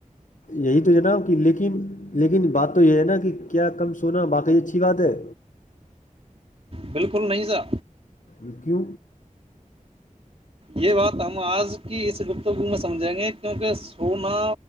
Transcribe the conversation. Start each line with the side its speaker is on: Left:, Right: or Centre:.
Left: یہی تو جناب کہ لیکن لیکن بات تو یہ ہے نا کہ کیا کم سونا باقی اچھی بات ہے
Right: بالکل نہیں سر
Left: رکو
Right: یہ بات ہم آج کی اس گپتگو میں سمجھیں گے کیونکہ سونا